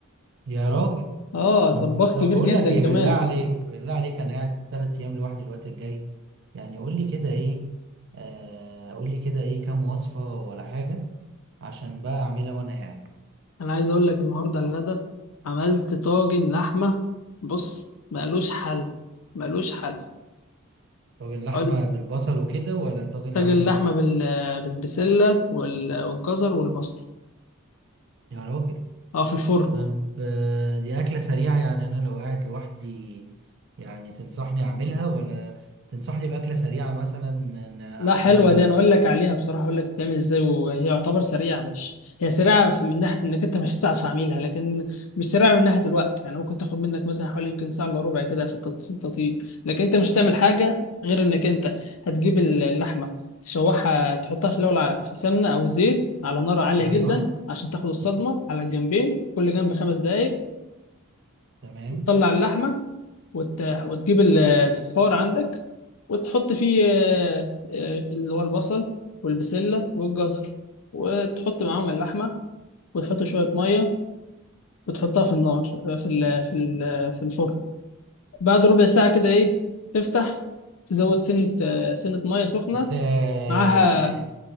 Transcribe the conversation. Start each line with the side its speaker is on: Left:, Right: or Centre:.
Right: يا راجل
Left: اه
Right: طب
Left: طباخ
Right: طب
Left: كبير
Right: بقول
Left: جدا
Right: لك ايه
Left: كمان
Right: بالله عليك بالله عليك انا قاعد ثلاث ايام لوحدي الوقت الجاي يعني قول لي كده ايه آه قول لي كده ايه كام وصفه ولا حاجه عشان بقى اعملها وانا قاعد
Left: أنا عايز أقول لك النهاردة على الغدا عملت طاجن لحمة بص مالوش حل مالوش حل
Right: طاجن لحمه
Left: عملت
Right: بالبصل وكده ولا طاجن
Left: طاجن
Right: لحمه
Left: لحمة بال... بالبسلة وال... والجزر والبصل
Right: يا راجل
Left: اه في الفرن
Right: طب آه، دي أكلة سريعة يعني أنا لو قاعد لوحدي يعني تنصحني أعملها ولا تنصحني بأكلة سريعة مثلا إن أعملها
Left: لا حلوة دي انا اقول لك عليها بصراحة اقول لك بتتعمل ازاي وهي يعتبر سريعة مش هي سريعة في- من ناحية انك انت مش هتعرف اعملها لكن مش سريعة من ناحية الوقت يعني ممكن تاخد منك مثلا حوالي يمكن ساعة الا ربع كده في التط- في التطيب لكن انت مش هتعمل حاجة غير انك انت هتجيب اللحمة تشوحها تحطها في الاول على- في سمنة او زيت على نار عالية
Right: أيوة
Left: جدا عشان تاخد الصدمة
Right: مم.
Left: على الجنبين كل جنب خمس دقايق
Right: تمام
Left: تطلع اللحمة وت... وتجيب ال- الفخار عندك وتحط فيه آه، آه، اللي هو البصل والبسلة والجزر وتحط معاهم اللحمة وتحط شوية مية وتحطها في النار آه، في ال... في ال... في الفرن بعد ربع ساعة كده إيه تفتح تزود سنة آه، سنة مية سخنة
Right: بس آه،
Left: معاها
Right: يعني